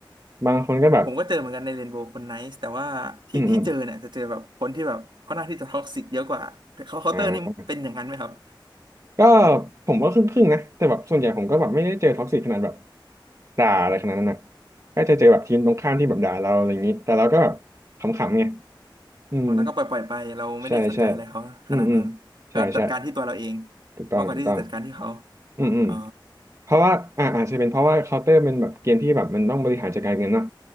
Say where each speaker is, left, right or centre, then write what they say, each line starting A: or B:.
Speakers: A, on the right; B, on the right.
A: บางคนก็แบบ
B: ผมก็เจอเหมือนกันในเรนโบว์คนไนซ์แต่ว่าที่ที่เจอเนี่ยจะเจอแบบคนที่แบบเข่หน้าที่จะท็อกซิกเยอะกว่าเขาเคาน์เตอร์นี่เป็นอย่างนั้นไหมครับ
A: อืมอืมอ่า ก็ผมว่าครึ่งๆนะแต่แบบส่วนใหญ่ผมก็แบบไม่ได้เจอท็อกซิกขนาดแบบด่าอะไรขนาดนั้นนะก็จะเจอแบบทีมตรงข้ามที่แบบด่าเราอะไรอย่างนี้แต่เราก็แบบขำๆไงอืม
B: อ๋อแล้วก็ปล่อยปล่อยไปเราไม่ได้สนใจอะไรเขาขนาดนั้นก็จัดการที่ตัวเราเอง
A: ใช่ใช่อืมอืมใช่ใช่ถูกต้องถูกต้อง
B: มากกว่าที่จะจัดการที่เขา
A: อืมอืม
B: อ่า
A: เพราะว่าอ่าอาจจะเป็นเพราะว่าเคาน์เตอร์เป็นแบบเกมที่แบบมันต้องบริหารจัดการเงินเนาะ